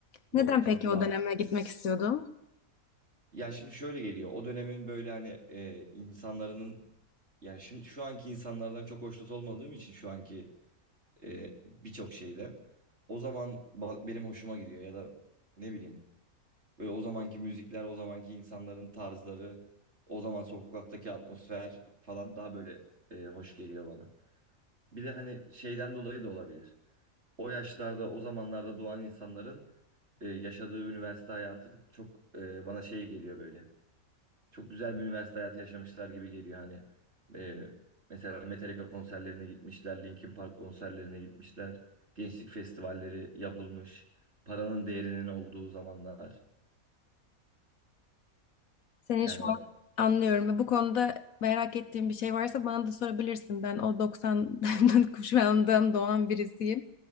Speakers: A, on the left; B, on the right.
A: Neden
B: doğsam
A: peki
B: daha.
A: o döneme gitmek istiyordun?
B: Ya şimdi şöyle geliyor. O dönemin böyle hani e, insanların ya şimdi şu anki insanlardan çok hoşnut olmadığım için şu anki e, birçok şeyden o zaman ba- benim hoşuma gidiyor ya da ne bileyim böyle o zamanki müzikler, o zamanki insanların tarzları, o zaman sokaktaki atmosfer falan daha böyle e, hoş geliyor bana. Bir de hani şeyden dolayı da olabilir. o yaşlarda, o zamanlarda doğan insanların e, yaşadığı üniversite hayatı çok e, bana şey geliyor böyle. Çok güzel bir üniversite hayatı yaşamışlar gibi geliyor hani. E, mesela Metallica konserlerine gitmişler, Linkin Park konserlerine gitmişler. Gençlik festivalleri yapılmış. Paranın değerinin olduğu zamanlar.
A: Seni
B: Yani
A: şu
B: o
A: an anlıyorum. Bu konuda merak ettiğin bir şey varsa bana da sorabilirsin. Ben o 90 <laughs> kuşağından doğan birisiyim.